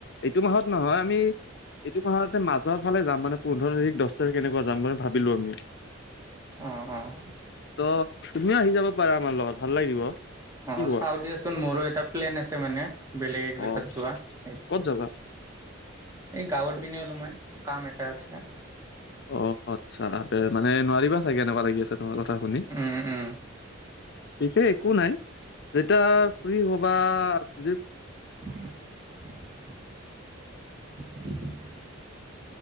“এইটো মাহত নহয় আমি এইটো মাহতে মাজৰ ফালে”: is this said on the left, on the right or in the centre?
Left